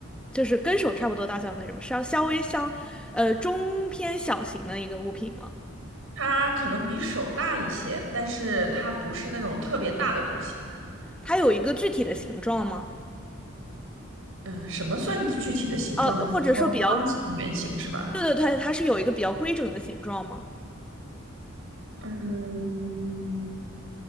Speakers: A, in the centre; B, on the right (about 75°).
A: 就是跟手差不多大小的那种，稍稍微相呃中偏小型的一个物品吗？
B: 它可能比手大一些，但是它不是那种特别大的东西。
A: 它有一个具体的形状吗？
B: 嗯，什么算具体的形状呢？
A: 呃，
B: 就是说方形、
A: 或者说比较，
B: 圆形是吧？
A: 对对对，它是有一个比较规整的形状吗？
B: 嗯，